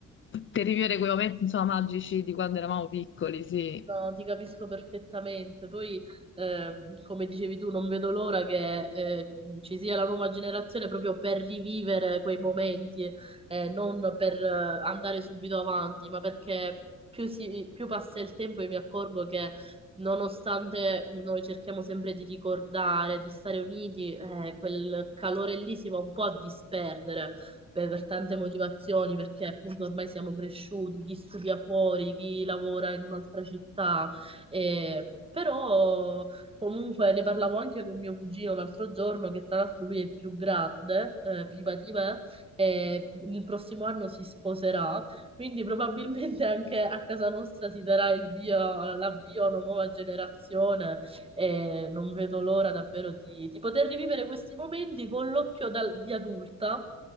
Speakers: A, on the left; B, on the right.
A: per rivivere quei momenti, insomma, magici di quando eravamo piccoli, sì.
B: No, ti capisco perfettamente. Poi, ehm, come dicevi tu, non vedo l'ora che eh, ci sia la nuova generazione proprio per rivivere quei momenti, eh, non per eh, andare subito avanti, ma perché più, si- più passa il tempo io mi accorgo che nonostante noi cerchiamo sempre di ricordare, di stare uniti, eh, quel calore lì si va un po' a disperdere per tante motivazioni, perché appunto ormai siamo cresciuti, chi studia fuori, chi lavora in un'altra città, e- però comunque ne parlavo anche con mio cugino l'altro giorno, che tra l'altro lui è il più grande, eh, prima di me, e il prossimo anno si sposerà, quindi probabilmente anche a casa nostra si darà il via, l'avvio a una nuova generazione e non vedo l'ora davvero di, di poter rivivere questi momenti con l'occhio dal- di adulta.